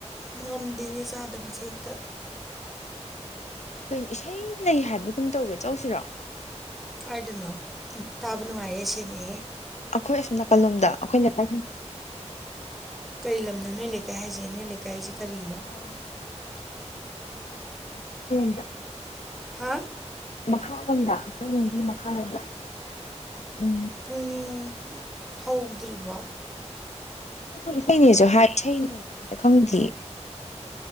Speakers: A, in the centre; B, on the left.
A: ꯉꯝꯗꯦꯅꯦ ꯆꯥꯗꯕꯁꯦ ꯍꯦꯛꯇ
B: ꯀꯩ ꯏꯁꯩ ꯂꯩ ꯍꯥꯏꯕꯒꯨꯝ ꯇꯧꯋꯦ ꯆꯧꯁꯤꯔꯣ
A: ꯀꯥꯏꯗꯅꯣ ꯎꯝ ꯇꯥꯕ ꯅꯨꯡꯉꯥꯏꯍꯦ ꯁꯦꯡꯉꯦꯍꯦ
B: ꯑꯩꯈꯣꯏ ꯑꯁꯣꯝ ꯅꯥꯀꯜꯂꯣꯝꯗ ꯑꯩꯈꯣꯏ ꯅꯥꯀꯟ
A: ꯀꯔꯤ ꯂꯝꯅꯣ ꯅꯣꯏ ꯂꯩꯀꯥꯏ ꯍꯥꯏꯁꯦ ꯅꯣꯏ ꯂꯩꯀꯥ ꯍꯥꯏꯖꯦ ꯀꯔꯤꯅꯣ
B: <unintelligible>
A: ꯍꯥꯥ
B: ꯃꯈꯥꯔꯣꯝꯗ ꯑꯩꯈꯣꯏꯒꯤ ꯃꯈꯥꯔꯣꯗ ꯎꯝ
A: ꯎꯝ ꯍꯧꯗ꯭ꯔꯤꯕꯣ
B: ꯄꯨꯡ ꯏꯁꯩꯅꯦꯁꯨ ꯍꯥꯏ <unintelligible> ꯈꯪꯗꯤꯌꯦ